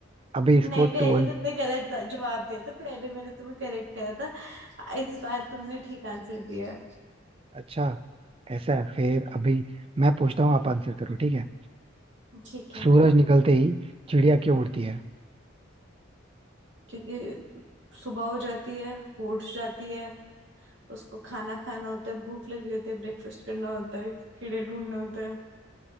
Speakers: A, on the right (about 25°); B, on the right (about 60°).
A: अभी इसको
B: नहीं पहले
A: टू वन
B: तुमने गलत ता- जवाब दिया था पहले मैंने तुम्हें करेक्ट करा था इस बार तुमने ठीक आंसर दिया
A: अच्छा ऐसा है फिर अभी मैं पूछता हूँ आप आंसर करो ठीक है
B: ठीक है
A: सूरज निकलते ही चिड़िया क्यों उड़ती है
B: क्योंकि सुबह हो जाती है वो उठ जाती है उसको खाना खाना होता है भूख लगी होती है ब्रेकफास्ट करना होता है कीड़े ढूंढने होते हैं